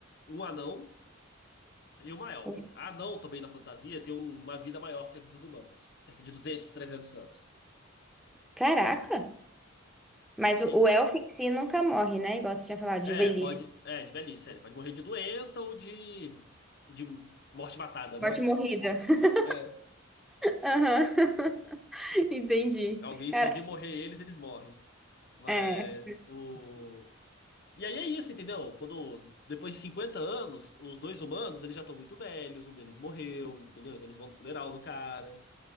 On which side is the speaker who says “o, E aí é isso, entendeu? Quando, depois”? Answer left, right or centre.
Left